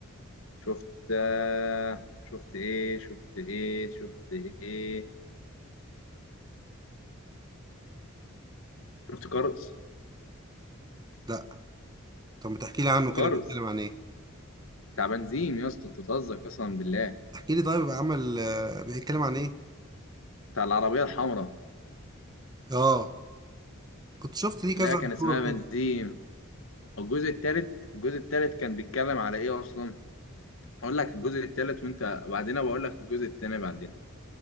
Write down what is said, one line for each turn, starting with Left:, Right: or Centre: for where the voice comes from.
Left: شفت آه، شفت ايه شفت ايه شفت ايه شفت كارز
Right: لا طب ما تحكي لي عنه كده
Left: كارز
Right: بيتكلم عن ايه
Left: بتاع بنزيم يا اسطى انت بتهزر قسما بالله
Right: احكي لي طيب عمل آه، بيتكلم عن ايه
Left: بتاع العربيه الحمراء
Right: اه كنت شفت ليه
Left: اللي
Right: كذا
Left: هي كان اسمها
Right: صورة
Left: بنزيم
Right: كده
Left: الجزء الثالث الجزء الثالث كان بيتكلم على ايه اصلا هقول لك الجزء الثالث وانت بعدين بقول لك الجزء الثاني بعدين